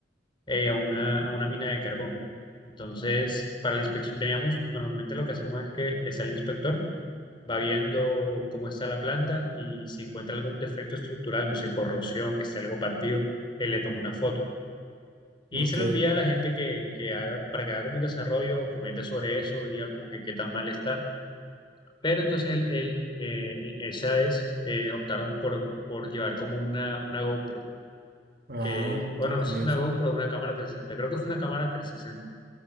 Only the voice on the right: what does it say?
ok.
Ah,
tan curioso.